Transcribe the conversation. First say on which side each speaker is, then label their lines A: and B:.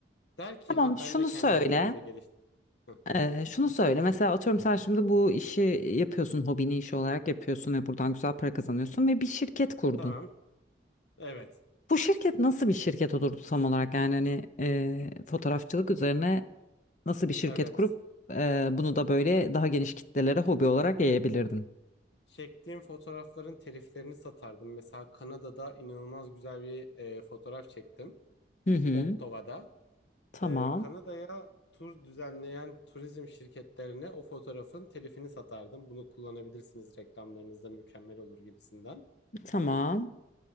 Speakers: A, on the left; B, on the left.
A: der ki
B: tamam
A: ha
B: şunu
A: ben de kendim
B: söyle.
A: bu yönde geliştim. Heh.
B: E, şunu söyle. Mesela atıyorum sen şimdi bu işi yapıyorsun. Hobini iş olarak yapıyorsun ve buradan güzel para kazanıyorsun ve bir şirket kurdun.
A: Tamam. Evet.
B: Bu şirket nasıl bir şirket olurdu tam olarak yani hani e, fotoğrafçılık üzerine Nasıl bir şirket
A: Evet.
B: kurup e, bunu da böyle daha geniş kitlelere hobi olarak yayabilirdin.
A: Çektiğim fotoğrafların teliflerini satardım. Mesela Kanada'da inanılmaz güzel bir e, fotoğraf çektim.
B: Hı hı.
A: Ottawa'da.
B: Tamam.
A: E, Kanada'ya tur düzenleyen turizm şirketlerine o fotoğrafın telifini satardım. Bunu kullanabilirsiniz reklamlarınızda mükemmel olur gibisinden.
B: Tamam.